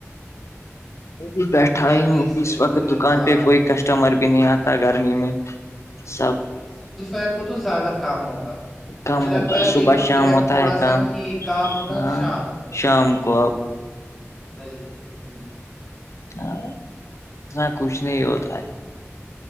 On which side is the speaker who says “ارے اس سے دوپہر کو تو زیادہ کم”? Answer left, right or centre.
Centre